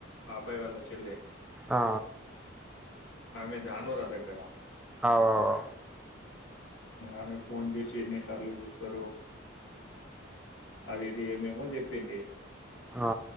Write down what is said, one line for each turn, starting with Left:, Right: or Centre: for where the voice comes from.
Left: ఆ అబ్బాయి వాళ్ళ చెల్లె
Centre: ఆ ఆ
Left: ఆమె దానరా దగ్గర
Centre: అవువువు
Left: అమె ఫోన్ చేస ఎన్ని సార్లు చూస్తారు అది ఇది ఏమేమో చెప్పింది
Centre: ఆ